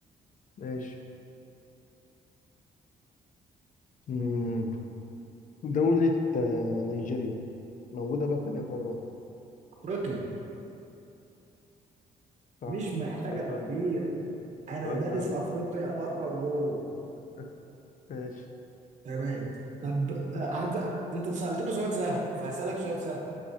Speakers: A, on the left; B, on the right.
A: ماشي مم، دولة آه، نيجيريا موجودة بقى في أنهي قارة
B: افريقيا
A: صح
B: مش محتاجة
A: سؤال
B: تفكير
A: سهل أهو
B: انا
A: سؤال
B: دارس
A: سهل أهو
B: افريقيا بره وجوه
A: <laughs> ماشي
B: تمام طب آه، هد... انت سألتني سؤال سهل فهسألك سؤال سهل